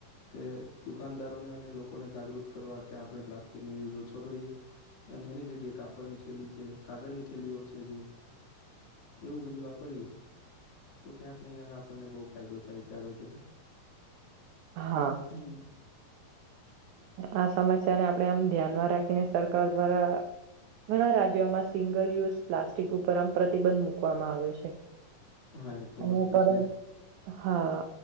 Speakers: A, on the left; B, on the right.
A: કે દુકાનદારોને અને લોકોને જાગૃત કરવા કે આપણે પ્લાસ્ટિક નો યુઝ ઓછો કરીએ અને એની જગ્યાએ કાપડની થેલી છે, કાગળ ની થેલીઓ છે, જે એવુ બધી, વાપરીએ તો ક્યાંક ને ક્યાંક આપણને બહુ ફાયદો થાય છે, આગળ જતા
B: હા
A: હમ્મ
B: આ સમસ્યાને આપણે, આમ ધ્યાનમાં રાખીને સરકાર દ્વારા ઘણા રાજ્યોમા સિંગલ યુઝ પ્લાસ્ટિક ઉપર, આમ પ્રતિબંધ મુૂકવામાં આવ્યો છે.
A: હા એ તો
B: અને
A: વસ્તુ છે જ.
B: હા,